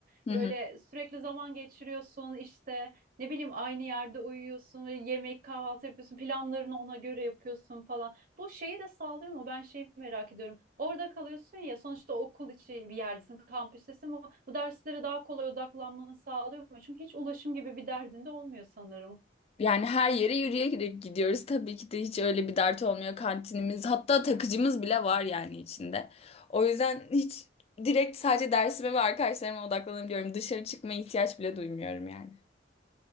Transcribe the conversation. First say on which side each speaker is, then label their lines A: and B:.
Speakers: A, on the left; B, on the right.
A: Hı
B: Öyle
A: hı.
B: sürekli zaman geçiriyorsun işte ne bileyim aynı yerde uyuyorsun ve yemek kahvaltı yapıyorsun planlarını ona göre yapıyorsun falan. Bu şeyi de sağlıyor mu? Ben şeyi merak ediyorum. Orada kalıyorsun ya sonuçta okul içi bir yerdesin, kampüstesin. Bu, bu derslere daha kolay odaklanmanı sağlıyor mu? Çünkü hiç ulaşım gibi bir derdin de olmuyor sanırım.
A: Yani her yere yürüyerek gidiyoruz. Tabii ki de hiç öyle bir dert olmuyor. Kantinimiz hatta takıcımız bile var yani içinde. O yüzden hiç direkt sadece dersime ve arkadaşlarıma odaklanabiliyorum. Dışarı çıkmaya ihtiyaç bile duymuyorum yani.